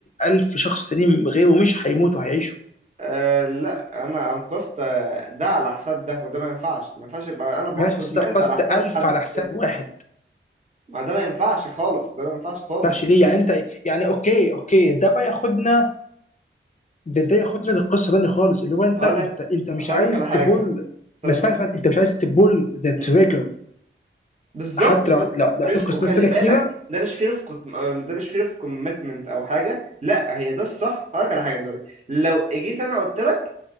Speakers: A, on the left; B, on the right.
A: 1000 شخص تانيين غيره مش هيموتوا هيعيشوا
B: أه لا انا انقذت آه، ده على حساب ده وده ما ينفعش ما ينفعش يبقى انا بنقذ
A: ماشي بس انت
B: ناس
A: قصت
B: على حساب
A: 1000
B: حد
A: على حساب
B: تاني
A: واحد
B: ما ده ما ينفعش خالص ده ما ينفعش خالص
A: تفتحش
B: يا صديقي
A: ليه يعني انت يعني اوكي اوكي ده بقى ياخدنا ده, ده ياخدنا للقصه تاني خالص اللي هو انت
B: هقولك
A: انت انت مش
B: هقولك
A: عايز
B: على حاجة
A: تبول
B: طب
A: ما
B: استنى
A: اسمعش اسمعني، انت مش عايز تبول ذا تريجر
B: مم. بالظبط
A: حتى
B: بالظبط
A: لو هت- لو لو
B: مش
A: هتنقص
B: وخلي
A: ناس تانيه
B: بالك
A: كتيره
B: ده مش فير اوف ده مش فير اوف كوميتمنت او حاجه لا هي ده الصح هقولك على حاجه دلوقتي لو جيت انا قلت لك